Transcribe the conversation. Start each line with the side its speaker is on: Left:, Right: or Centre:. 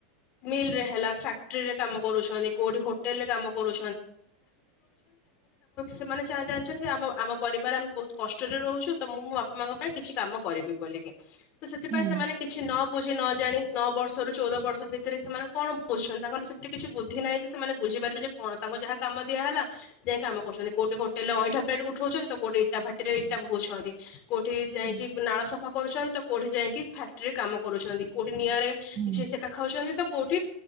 Left: ମିଲରେ ହେଲା ଫ୍ୟାକ୍ଟ୍ରି ରେ କାମ କରୁଛନ୍ତି କୋଉଠି ହୋଟେଲ ରେ କାମ କରୁ ଜାଣିଛନ୍ତି ଆମ ଆମ ପରିବାର ଆମେ ବହୁତ କଷ୍ଟରେ ରହୁଛୁ ତ ମୁଁ ମୋ ବାପା ମାଙ୍କ ପାଇଁ କିଛି କାମ କରିବି ବୋଲିକି। ତ ସେଥିପାଇଁ
Right: ହୁଁ
Left: ସେମାନେ କିଛି ନ ବୁଝି ନ ଜାଣି ନଅ ବର୍ଷ ରୁ ଚଉଦ ବର୍ଷ ଭିତରେ ସେମାନେ କଣ ବୁଝୁଛନ୍ତି ତାଙ୍କର ସେମିତି କିଛି ବୁଦ୍ଧି ନାହିଁ ଯେ ସେମାନେ ବୁଝ ବୁଝିପାରିବି ଯେ କଣ ତାଙ୍କୁ ଯାହା କାମ ଦିଆହେଲା ଯାଇଁ କାମ କରୁଛନ୍ତି କୋଉଠି ହୋଟେଲରେ ଅଇଁଠା ଉଠଉଛନ୍ତି ତ କୋଉଠି ଇଟା ଭାଟିରେ ଇଟା ବହୁଛନ୍ତି। କୋଉଠି ଯାଇକି
Right: ହୁଁ
Left: ନାଳ ସଫା କରୁଛନ୍ତି ତ କୋଉଠି ଯାଇକି ଫାକ୍ଟ୍ରିରେ କାମ କରୁଛନ୍ତି କୋ ନିଆଁରେ
Right: ହୁଁ
Left: କିଛି ସେକା ଖାଉଛନ୍ତି ତ କୋଉଠି